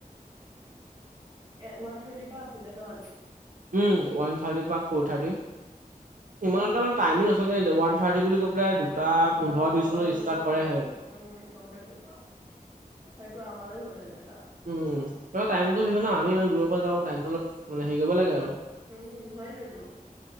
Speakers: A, on the right; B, on the right.
A: ওৱান থাৰ্টিৰ পৰা আছিলে ন আজি?
B: উম, ৱান থাৰ্টি পৰা ফ'ৰ থাৰ্টি। ইমান এটা মানে টাইমিং নচলে কিন্তু ওৱান থাৰ্টি বুলি কৈ পেলাই দুটা পোন্ধৰ
A: অ',
B: বিশ
A: গম
B: মানত
A: পাইছোঁ
B: ষ্টাৰ্ট
A: অ',
B: কৰেহে।
A: উম, গম পাইছোঁ। সেইটো আমাৰো হয় তেনেকা।
B: উম, তই টাইমটো <unintelligible> না, আমি ইমান দূৰৰ পৰা যাওঁ টাইমটো অলপ মানে হেৰি কৰিব লাগে আৰু।
A: উম, হয় হেতু।